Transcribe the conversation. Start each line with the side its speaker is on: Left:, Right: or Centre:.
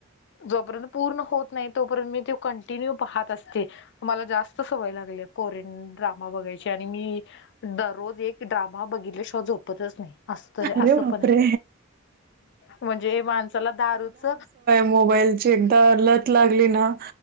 Left: जोपर्यंत पूर्ण होत नाही तोपर्यंत मी त कंटिन्यू पाहत असते. मला जास्त सवय लागली कोरियन ड्रामा बघायची आणि मी दररोज एक ड्रामा बघितले शो झोपतच नाही अस. असं
Right: अरे बापरे!
Left: पण म्हणजे माणसाला दारूच.
Right: मोबाईल ची एकदा लत लागली ना